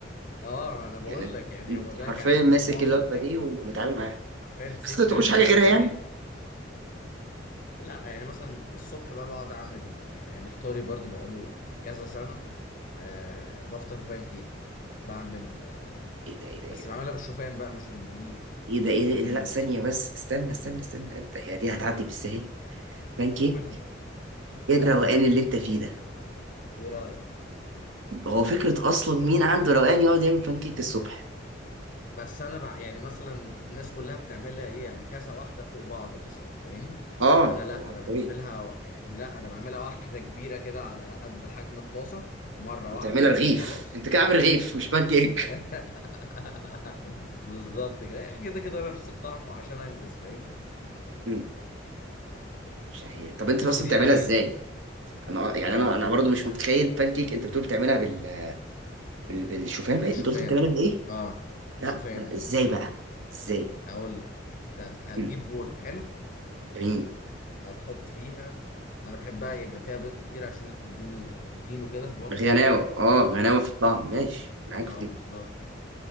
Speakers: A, on the left; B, on the right.
A: اه انا بقول
B: يعني انت
A: لك يعني هو
B: انت
A: ده
B: حرفيا
A: كان عشان
B: ماسك
A: معظم
B: الوجبه دي
A: اكلي
B: ومتعامل معاها
A: حرفيا 90%
B: بس ما تاكلش
A: من
B: حاجه
A: اكلي
B: غيرها
A: بانيه
B: يعني
A: لا يعني مثلا الصبح بقى بقعد اعمل آه، يعني فطاري برضو بقاله كذا سنه أه بفطر بانكيك بعمل أه
B: ايه ده ايه ده ايه
A: بس
B: ده
A: بعملها بالشوفان بقى مش بالدقيق
B: ايه ده, إيه ده؟
A: عشان
B: إيه ده؟ لا
A: ال-
B: ثانيه بس استنى استنى استنى انت هي دي هتعدي بالسهل
A: <laughs>
B: بانكيك
A: قول لي
B: ايه الروقان
A: اه
B: اللي انت فيه ده
A: ايه رايك
B: هو فكره اصلا مين عنده روقان يقعد يعمل بانكيك الصبح
A: بس انا بقى يعني مثلا الناس كلها بتعملها ايه يعني كذا واحده فوق بعض مثلا فاهمني
B: اه
A: انا لا
B: هو
A: انا بعملها
B: طبيعي
A: و- يعني لا انا بعملها واحده كبيره كده على قد حجم الطاسه مره
B: وتعملها
A: واحده
B: رغيف
A: وخلاص
B: انت كده عامل رغيف مش بانكيك
A: <laughs> بالظبط كده يعني كده كده نفس الطعم وعشان انجز فاهمني
B: مم، مش عارف طب انت
A: بس
B: اصلا
A: دي
B: بتعملها
A: لذيذه
B: ازاي انا آه، يعني
A: هقول
B: انا انا
A: لك
B: برضه
A: انت
B: مش متخيل بانكيك انت بتقول بتعملها بال... بال... بالشوفان بقى
A: بالشوفان
B: انت قلت بتعملها بايه
A: اه
B: لا
A: شوفان
B: لا
A: آه.
B: ازاي بقى ازاي
A: هقول لك انت هتجيب
B: مم،
A: بوله حلو
B: جميل
A: هتحط فيها انا بحبها يبقى فيها بيض كتير عشان تديني بروتين وكده فبحط
B: بالغناوه
A: فيها تلات بيضات
B: اه غناوه في الطعم ماشي معاك
A: اه
B: في دي
A: بالظبط